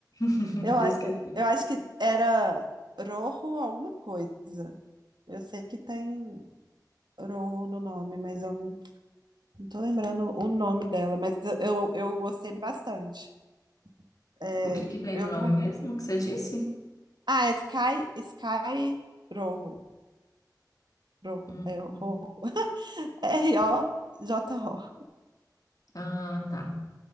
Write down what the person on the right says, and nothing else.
Eu,
a-
eu acho que era Rojo alguma coisa. Eu sei que tem Rojo no nome, mas eu não, não tô lembrando o nome dela, mas eu, eu, eu gostei bastante. É,
eu
vou.
Ah, é Sky, Sky Rojo. Rojo,
é Rojo.
<laughs> R-O-J-O.